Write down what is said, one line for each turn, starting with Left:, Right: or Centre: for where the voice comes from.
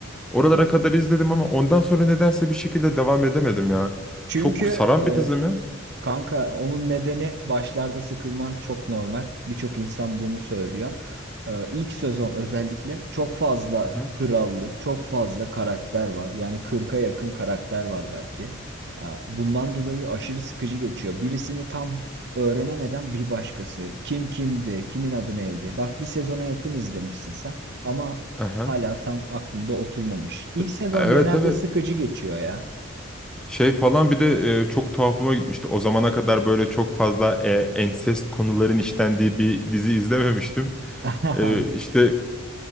Centre: Oralara kadar izledim ama ondan sonra nedense bir şekilde devam edemedim ya.
Right: Çünkü
Centre: Çok saran
Right: e,
Centre: bir dizi mi?
Right: Kanka onun nedeni başlarda sıkılman çok normal. Birçok insan bunu söylüyor. Ee, ilk sezon özellikle çok fazla
Centre: Hı hı.
Right: krallık, çok fazla karakter var. Yani 40'a yakın karakter var belki. Ee, bundan dolayı aşırı sıkıcı geçiyor. Birisini tam öğrenemeden bir başkası. Kim kimdi, kimin adı neydi? Bak bir sezona yakın izlemişsin sen ama
Centre: Aha.
Right: hala tam aklında oturmamış. İlk
Centre: T-
Right: sezon
Centre: Evet
Right: genelde
Centre: evet.
Right: sıkıcı geçiyor ya.
Centre: Şey falan bir de e, çok tuhafıma gitmişti. O zamana kadar böyle çok fazla e, ensest konuların işlendiği bir dizi izlememiştim.
Right: <laughs>
Centre: E, işte